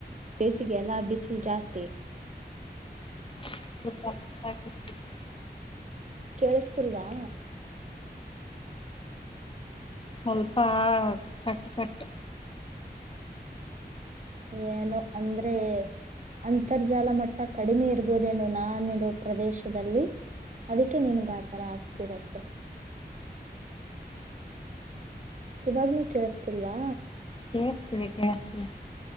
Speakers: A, on the right; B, on the left.
A: ಬೇಸಿಗೆ ಎಲ್ಲಾ ಬಿಸಿಲು ಜಾಸ್ತಿ.
B: <inaudible>
A: ಕೇಳಿಸ್ತಿಲ್ವಾ,
B: ಸ್ವಲ್ಪ ಕಟ್, ಕಟ್
A: ಏನೋ ಅಂದ್ರೆ ಅಂತರ್ಜಾಲ ಮಟ್ಟ ಕಡಿಮೆ ಇರ್ಬೋದೇನು, ನಾನಿರೋ ಪ್ರದೇಶದಲ್ಲಿ ಅದಕ್ಕೆ ನಿನಗಾ ಥರ ಆಗ್ತಿರತ್ತೆ. ಇವಾಗ್ನೂ ಕೇಳಿಸ್ತಿಲ್ವಾ.
B: ಕೇಳಿಸ್ತಿದೆ, ಕೇಳಿಸ್ತಿದೆ